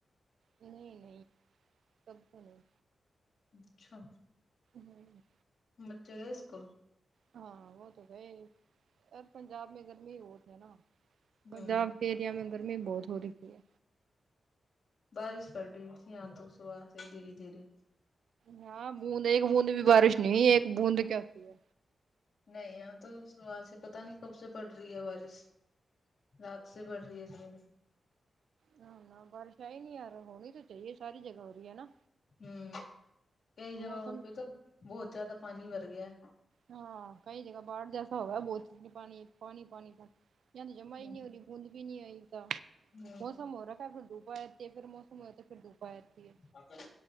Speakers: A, on the right (about 85°); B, on the left (about 70°).
A: نہیں نہیں سب تو نہیں
B: اچھا
A: ہوں
B: بچے گیے اسکول
A: ہاں وہ تو گئے پر پنجاب میں گرمی بہت ہے نا پنجاب
B: ہوں
A: کے ایریا میں گرمی بہت ہو رہی ہے
B: بارش پڑ رہی تھی یہاں تو صبح سے دھیرے دھیرے
A: یہاں بوند ایک بوند بھی بارش نہیں ایک بوند کیا ہوتی ہے
B: نہیں یہاں تو صبح سے پتا نہیں کب سے پڑ رہی ہے بارش رات سے بڑھ رہی ہے شاید
A: یہاں نہ بارش کہیں نہیں ارا ہونی تو چاہیے ساری جگہ ہو رہی ہے نا
B: ہم کئی جگہوں
A: موسم
B: پہ تو بہت زیادہ پانی بر گیا ہے
A: ہاں کئی جگہ باڑھ جیسا ہوگا بہت چز پانی پانی تو جمع ہی
B: ہ
A: نہیں ہو رہی بوند بھی نہیں ا ئی
B: ہ
A: موسم ہو رہا کہ پھر وتی ہے پھر موسم ہو تو پھر دوپا جاتتی ہے
B: ابت